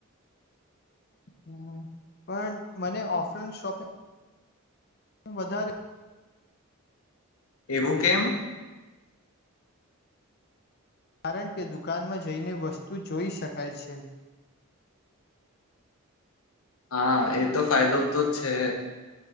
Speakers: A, on the left; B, on the left.
A: હમ્મ પણ મને ઓફલાઈન શોપિંગ વધારે
B: એવું કેમ
A: કારણ કે દુકાનમાં જઈને વસ્તુ જોઈ શકાય છે
B: હા એ તો ફાયદો તો છે,